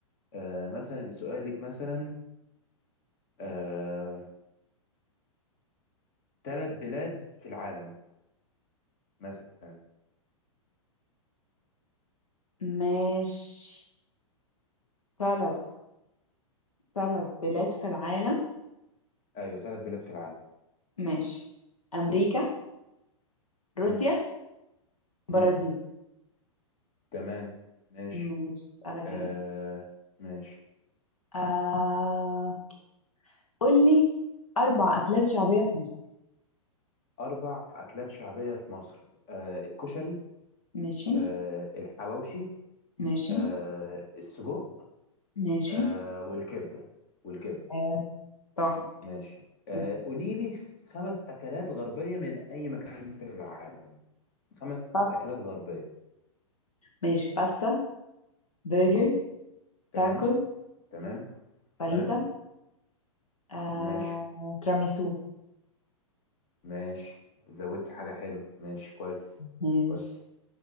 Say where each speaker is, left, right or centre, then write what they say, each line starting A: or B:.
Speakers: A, on the left; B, on the left.
A: آه مثلا سؤالك مثلا آه ثلاث بلاد في العالم مثلا
B: ماشي ثلاث ثلاث بلاد في العالم
A: ايوه ثلاث بلاد في العالم
B: ماشي أمريكا روسيا
A: مم.
B: برازيل
A: مم. تمام ماشي
B: مش بسألك
A: آه
B: أنا
A: ماشي
B: آه... قول لي أربع أكلات شعبية في مصر
A: اربع اكلات شعبية في مصر آه الكشري
B: ماشي
A: آه الحواوشي
B: ماشي
A: آه السجق
B: ماشي
A: آه والكبدة والكبدة
B: آه... صح
A: ماشي آه
B: يس.
A: قولي لي خمس أكلات غربية من أي مكان في العالم خمس
B: صح.
A: أكلات غربية
B: ماشي باستا برجر
A: تمام
B: تاكل
A: تمام تمام
B: فاهيتا آه...
A: ماشي
B: تراميسو
A: ماشي زودت حاجة حلوة ماشي كويس
B: ماشي
A: كويس